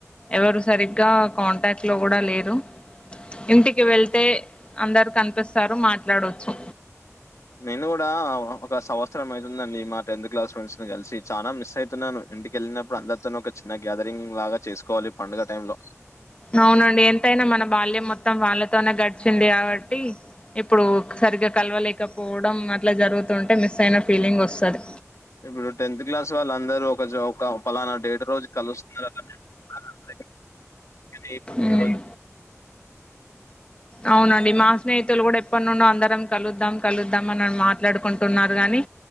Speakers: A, on the left; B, on the left.
A: ఎవరు సరిగ్గా కాంటాక్ట్ లో కూడా లేరు. ఇంటికి వెళ్తే అందరు కనిపిస్తారు మాట్లాడొచ్చు
B: నేను కూడా ఒక సంవత్సరం అయితుందండి మా టెన్త్ క్లాస్ ఫ్రెండ్స్ ను కలిసి చానా మిస్ అవుతున్నాను ఇంటికెళ్ళినప్పుడు అందరితోనూ ఒక చిన్న గ్యాదరింగ్ లాగా చేసుకోవాలి పండుగ టైం లో
A: అవునండి ఎంతయినా మన బాల్యం మొత్ మొత్తం వాళ్ళతోనే గడిచింది కాబట్టి ఇప్పుడు సరిగ్గా కలవలేకపోవడం అట్లా జరుగుతుంటే మిస్ అయిన ఫీలింగ్ వస్తది.
B: ఇప్పుడు టెన్త్ క్లాస్ వాళ్ళందరూ ఒక ఒక పలానా డేటు రోజు కలుస్తున్నారు అప్పుడే <unintelligible>
A: మ్మ్
B: రోజు
A: అవునండి మా స్నేహితులు కూడా ఎప్పటి నుండో అందరం కలుద్దాం కలుద్దాం అని మాట్లాడుకుంటున్నారు గానీ